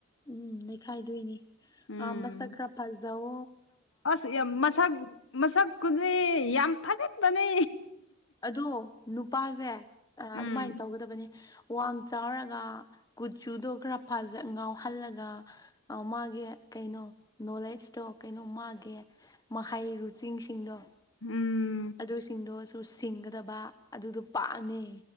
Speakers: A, on the left; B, on the left.
A: ꯎꯝ ꯅꯩꯈꯥꯏꯗꯣꯏꯅꯦ
B: ꯎꯝ
A: ꯑꯝꯕ ꯆꯀ꯭ꯔꯥꯄꯥꯖꯧ
B: ꯑꯁ ꯌꯥꯝ ꯃꯁꯛ ꯃꯁꯛꯀꯨꯗꯤ ꯌꯥꯝ ꯐꯖꯠꯄꯅꯦ
A: ꯑꯗꯣ ꯅꯨꯄꯥꯁꯦ
B: ꯎꯝ
A: ꯑꯗꯨꯃꯥꯏꯅ ꯇꯧꯒꯗꯕꯅꯦ ꯋꯥ ꯆꯥꯎꯔꯒ ꯀꯨꯆꯨꯗꯣ ꯈꯔ ꯐꯖ ꯉꯥꯎꯍꯜꯂꯒ ꯃꯥꯒꯤ ꯀꯩꯅꯣ ꯅꯣꯂꯦꯖꯇꯣ ꯀꯩꯅꯣ ꯃꯥꯒꯤ ꯃꯍꯩꯔꯨꯆꯤꯡꯁꯤꯡꯗꯣ
B: ꯎꯝ
A: ꯑꯗꯨ ꯁꯤꯡꯗꯣꯁꯨ ꯁꯤꯡꯒꯗꯕ ꯑꯗꯨꯗꯣ ꯄꯥꯝꯃꯦ